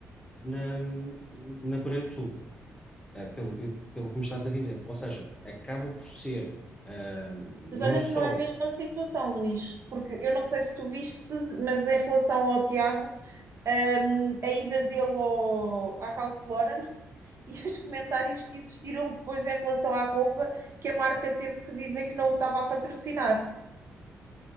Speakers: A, on the left (about 15°); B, on the right (about 50°).
A: na, na Coreia do Sul, ah, pelo que, pelo que me estás a dizer. Ou seja, acaba por ser ahm,
B: Mas
A: não
B: olha
A: só.
B: que não é a mesma situação, Luís, porque eu não sei se tu viste, mas em relação ao Tiago, hum, a ida dele ao, à Ralph Lauren <laughs> e os comentários que existiram depois em relação à roupa, que a marca teve que dizer que não o estava a patrocinar.